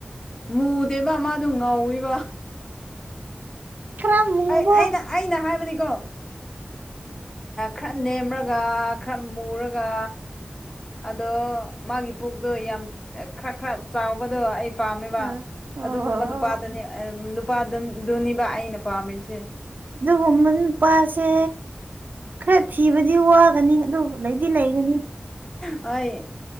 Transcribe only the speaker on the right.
ꯈꯔ ꯃꯨꯕ
ꯑ ꯑꯣ
ꯑꯗꯨꯒꯨꯝꯕ ꯅꯨꯄꯥꯁꯦ ꯈꯔ ꯊꯤꯕꯗꯤ ꯋꯥꯒꯅꯤ ꯑꯗꯨꯕꯨ ꯂꯩꯗꯤ ꯂꯩꯒꯅꯤ